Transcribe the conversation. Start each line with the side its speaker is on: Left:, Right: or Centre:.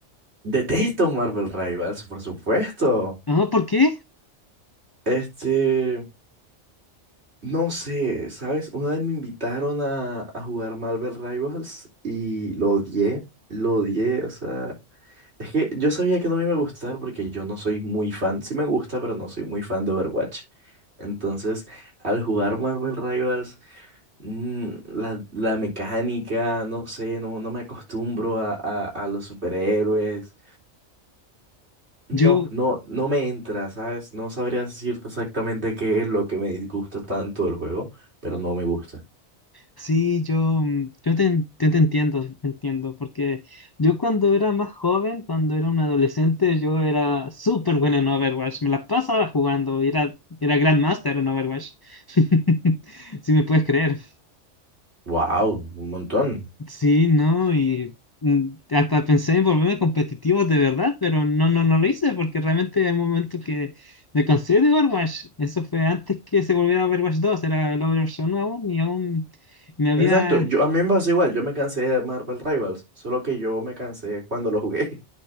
Right: Detesto Marvel Rivals, por supuesto.
Left: Ah, ¿por qué?
Right: Este, no sé, ¿sabes? Una vez me invitaron a, a jugar Marvel Rivals y lo odié, lo odié, o sea, es que yo sabía que no me iba a gustar porque yo no soy muy fan, sí me gusta, pero no soy muy fan de Overwatch. Entonces, al jugar Marvel Rivals, Mm, la, la mecánica, no sé, no, no me acostumbro a, a, a los superhéroes. No,
Left: Yo,
Right: no, no me entra, ¿sabes? No sabría decirte exactamente qué es lo que me disgusta tanto del juego, pero no me gusta.
Left: sí, yo, mm, yo te, en- te entiendo, te entiendo, porque yo cuando era más joven, cuando era un adolescente, yo era súper bueno en Overwatch, me la pasaba jugando, era, era Grandmaster en Overwatch, <laughs> si me puedes creer.
Right: Wow, un montón.
Left: Sí, no, y mm, hasta pensé en volverme competitivo de verdad, pero no, no, no lo hice, porque realmente hay un momento que me cansé de Overwatch, eso fue antes que se volviera Overwatch dos era el Overwatch 1 aún, y aún... Me había
Right: Exacto, yo a mí me pasó igual, yo me cansé de Marvel Rivals, solo que yo me cansé cuando lo jugué.